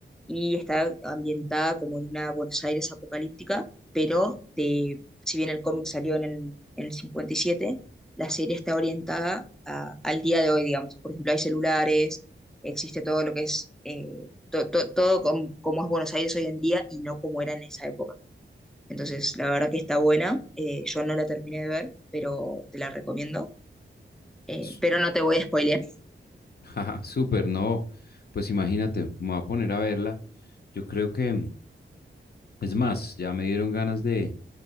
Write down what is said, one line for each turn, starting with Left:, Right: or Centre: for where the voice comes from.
Centre: y está ambientada como en una Buenos Aires apocalíptica, pero de, si bien el cómic salió en el, en el 57, la serie está orientada a- al día de hoy, digamos. Por ejemplo, hay celulares, existe todo lo que es, eh, to- to- todo com- como es Buenos Aires hoy en día y no como era en esa época. Entonces, la verdad que está buena, eh, yo no la terminé de ver, pero te la recomiendo. Eh,
Left: Su-
Centre: pero no te voy a spoilear.
Left: <laughs> jaja, súper, no, pues imagínate, me voy a poner a verla. Yo creo que... Es más, ya me dieron ganas de,